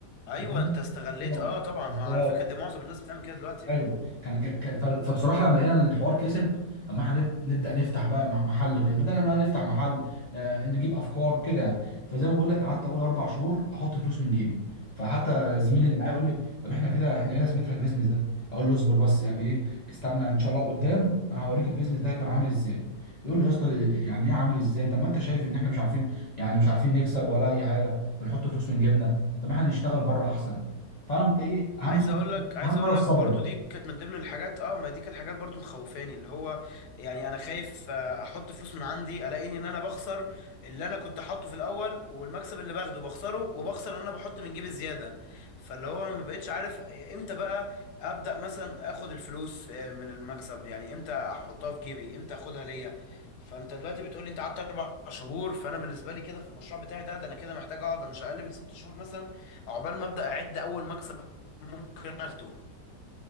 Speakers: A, on the left; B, on the left.
A: ايوه
B: أنت فاهم؟
A: انت استغليت
B: اه
A: اه طبعا
B: بالظبط
A: ما على فكره دي معظم الناس بتعمل كده دلوقتي
B: ايوه كان كان- كان- ف- فبصراحه لما لقينا ان الحوار كسب فما هنب- نبدا نفتح بقى مح- محل كده بدل ما نفتح محل آه، نجيب افكار كده يعني فزي ما بقول لك قعدت اول اربع شهور احط فلوس من جيبي فحتى زميلي
A: امم
B: اللي معايا يقول لي طب احنا كده احنا ايه لازمتها البيزنس ده اقول له اصبر بس يعني ايه استنى ان شاء الله قدام انا هوريك البيزنس ده هيكون عامل ازاي يقول لي يا اسطى إيه- يعني ايه عامل ازاي طب ما انت شايف ان احنا مش عارفين يعني مش عارفين نكسب ولا اي حاجه بنحط فلوس من جيبنا طب ما احنا نشتغل بره احسن فانا ايه اهم
A: عايز
B: حاجه
A: اقول لك عايز
B: اهم
A: اقول
B: حاجه الصبر
A: لك برضو
B: بقى.
A: دي كانت من ضمن الحاجات اه ما دي كانت حاجات برضو مخوفاني اللي هو يعني انا خايف آه، احط فلوس من عندي الاقيني ان انا بخسر اللي انا كنت حاطه في الاول والمكسب اللي باخده بخسره وبخسر ان انا بحط من جيبي زياده فاللي هو انا ما بقتش عارف امتى بقى ابدا مثلا اخد الفلوس آه، من المكسب يعني امتى احطها في جيبي امتى اخدها ليا فانت دلوقتي بتقولي انت قعدت اربع شهور فانا بالنسبه لي كده في المشروع بتاعي ده ده انا كده محتاج اقعد مش اقل من ست شهور مثلا عقبال ما ابدا اعد اول مكسب ممكن اخده